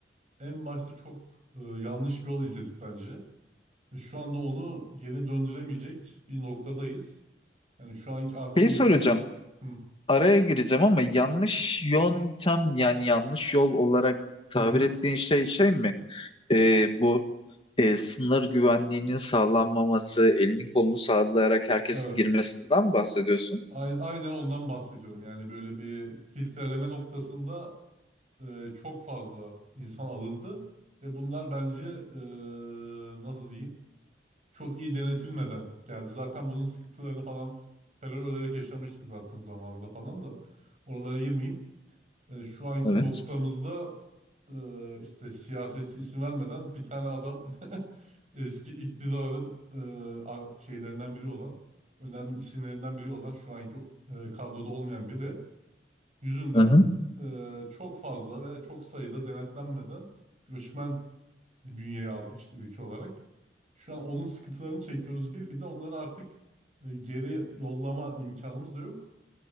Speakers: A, on the right; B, on the left.
A: en başta çok e, yanlış bir yol izledik bence. Ve şu anda onu geri döndüremeyecek bir noktadayız. Yani şu anki artık
B: Şeyi
A: insan...
B: soracağım.
A: Hı
B: Araya gireceğim ama yanlış yöntem yani yanlış yol olarak tabir
A: hı. hı.
B: ettiğin şey şey mi? e, bu e, sınır güvenliğinin sağlanmaması, elini kolunu sallayarak herkesin
A: Evet.
B: girmesinden bahsediyorsun?
A: Ay- Aynen ondan bahsediyorum. Yani böyle bir filtreleme noktasında e, çok fazla insan alındı ve bunlar bence e, nasıl diyeyim çok iyi denetilmeden geldi. Zaten bunun sıkıntılarını falan terör olarak yaşamıştık zaten zamanında falan da oralara girmeyeyim e, şu anki
B: Evet.
A: noktamızda e, işte siyasetçi ismi vermeden bir tane adam <laughs> eski iktidarın e, a- şeylerinden biri olan önemli isimlerinden biri olan şu anki e, kadroda olmayan biri yüzünden
B: Hı hı.
A: e, çok fazla ve çok sayıda denetlenmeden göçmen bünyeye aldık işte ülke olarak. Şu an onun sıkıntılarını çekiyoruz bir bir de onları artık e, geri yollama imkanımız da yok